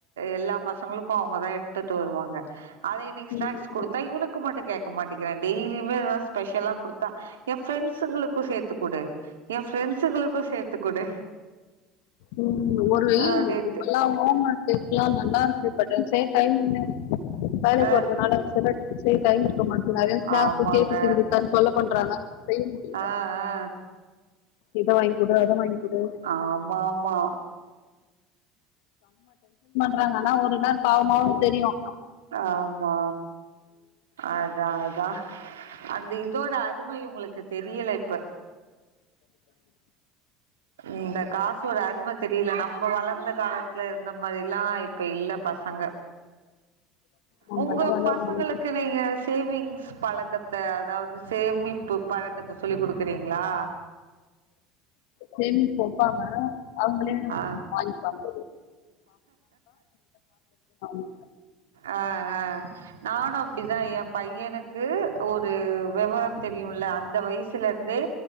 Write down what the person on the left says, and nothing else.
பண்ணிடுவாங்க
உம் ஒரு இ
இப்பெல்லாம் ஓம்ஒர்க் கேக்ல்லாம் நல்லா இருக் சப்ப ச டைம்ன <unintelligible> வேலைக்கு
வறதுனால சில டைம் இருக்க மட்டு நிறைய
கேட்டு செஞ்சுக்க சொல்லை பண்றாங்க செய்ய முடியல
இத வாங்கி கூட அத வாங்கி குடு
ங்க ஆனா ஒரு நாள் பாவமாவும் தெரியும்
நம்மனா
வளர
முடியாது
சேமிச்சு வைப்பாங்க அவங்களே அத
வாங்கிப்பாங்க <unintelligible>